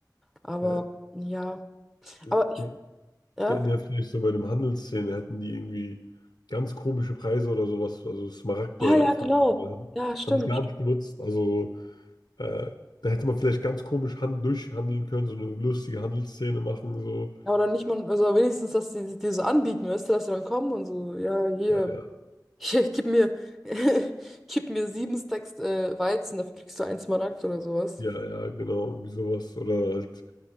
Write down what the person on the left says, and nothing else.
Ja, äh,
die,
die hätten ja vielleicht so bei dem Handelsszene hätten die irgendwie ganz komische Preise oder sowas, also Smaragde.
fragen.
Das haben die gar nicht benutzt. Also so Äh, da hätte man vielleicht ganz komisch hand durchhandeln können, so eine lustige Handelsszene machen, so.
Ja, ja.
Ja, ja, genau, irgendwie sowas. Oder halt,